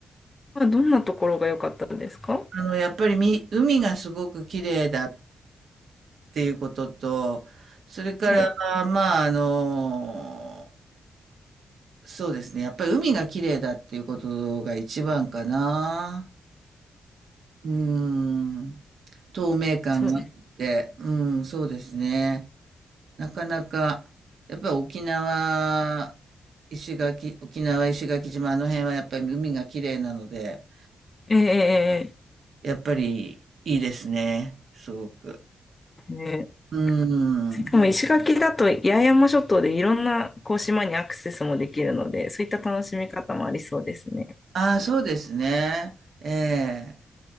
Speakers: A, on the left; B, on the right.
A: まあ、どんなところが良かったですか
B: あの、やっぱりみ、海がすごく綺麗だっていうことと、それから、
A: はい。
B: まあ、あの、そうですね。やっぱり海が綺麗だっていうことが一番かな。うーん。透明感があって、
A: そうです。
B: うん、そうですね。なかなか、やっぱり沖縄、石垣、沖縄、石垣島、あの辺はやっぱり海が綺麗なので、
A: えええ
B: やっぱりいいですね、すごく。
A: えええ
B: うん。
A: しかも石垣だと八重山諸島でいろんなこう島にアクセスもできるので、そういった楽しみ方もありそうですね。
B: ああ、そうですね。ええ。